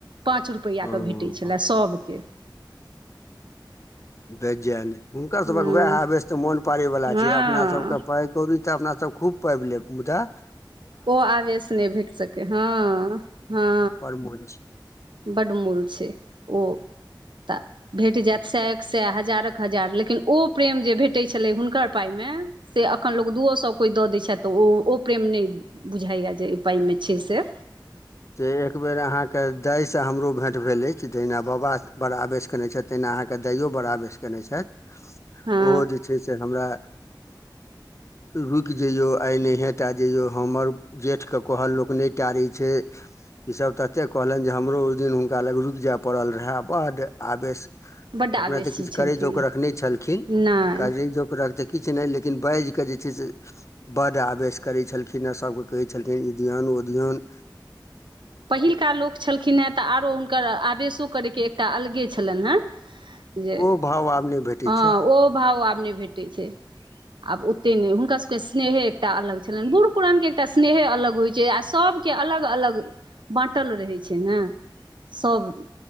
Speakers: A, on the right; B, on the left.
A: पाँच रुपैआ
B: हँ
A: के भेटै छलै
B: हँ
A: सभ के
B: व्यंजन हुनकर
A: हँ
B: सभक वएह हवस मोन पारैवला
A: हँ
B: छै अपना सबके पाइ कौड़ी तऽ अपना तऽ खूब पइब लेब मुदा
A: ओ आवेश नहि भेट सकै हँ हँ
B: पर मोन छै
A: बड़ मूल छै ओ तऽ भेट जायत सएक सए हजार क हजार लेकिन ओ प्रेम जे भेटैत छलै हुनकर पाइमे में से अखन लोग दूओ सौ कोई द दै छै तऽ ओ ओ प्रेम नहि बुझाइया जे एहि पाइ मे छै से
B: तऽ एक बेेर अहाँके दाय सँ हमरो भेँट भेल अछि जहिना बाबा बड़ आवेश कने छथि तहिना अहाँ के दाइओ बड़ आवेश केने छैथ
A: हँ
B: ओ जे से हमरा रुकि जइयो आइ नहिये टा जइयो हमर जेठ के कहल लोक नहि टारै छै ई सब तते कहलनि जे हमरो ओहि दिन हुनका लग रुकि जाय पड़ल रहे बड़ आवेश
A: बड्ड
B: अपना
A: आवेशी
B: तऽ किछु
A: छलखिन
B: करै जौगरक नै छलखिन
A: नहि
B: करै जौक रख तऽ किछु नहि लेकिन बाजि कऽ जे छैय से बड़ आवेश करै छलखिन हँ सभकेँ कहै छलखिन ई दिओन ओ धि्यान
A: पहिका लोक छलखिन हँ तऽ आरो हुनकर आवेशो करयके एकटा अलगे छलनि हेँ जे
B: ओ भाव आब नहि भेटै
A: हँ
B: छै
A: ओ भाव आब नहि भेटैत छै आब ओतेक नहि हुनका सभके स्नेहे एकटा अलग छलनि बूढ़ पुरान के एकटा स्नेहे अलग होइत छै आ सभ के अलग अलग बाँटल रहै छै ने सभ